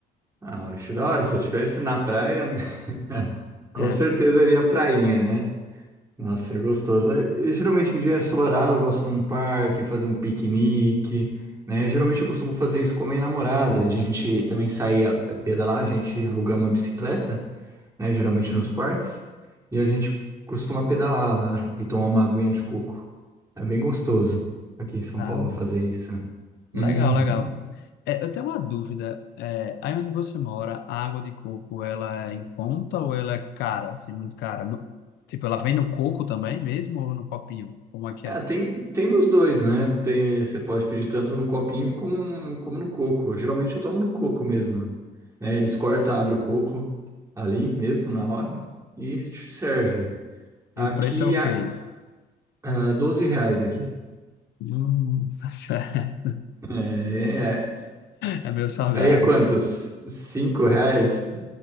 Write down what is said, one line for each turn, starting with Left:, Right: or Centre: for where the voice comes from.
Right: ah, acho da hora. Se eu estivesse na praia, <laughs> com
Left: É.
Right: certeza eu iria prainha, né? Nossa, é gostoso. Eh, geralmente em dia é ensolarado, eu gosto num parque, fazer um piquenique, né? Geralmente eu costumo fazer isso com a minha namorada. A gente também sai a a pedalar, a gente aluga uma bicicleta, né? Geralmente nos parques. E a gente costuma pedalar lá e tomar uma aguinha de coco. É bem gostoso aqui em São
Left: Ah,
Right: Paulo fazer isso.
Left: Legal,
Right: Uhum.
Left: legal. É, eu tenho uma dúvida. É, aí onde você mora, a água de coco, ela é em conta ou ela é cara, assim, muito cara? No- tipo, ela vem no coco também mesmo ou no copinho? Como é que
Right: É,
Left: é?
Right: tem, tem nos dois, né? Tem, você pode pedir tanto no copinho como, como no coco. Geralmente eu tomo no coco mesmo, né? Eles cortam, abrem o coco ali mesmo na hora e te serve. Aqui,
Left: E o preço é ok?
Right: a, a 12 reais aqui.
Left: Hum, <laughs> tá certo.
Right: É, é,
Left: É meio salgado.
Right: aí é quanto? Cinco reais?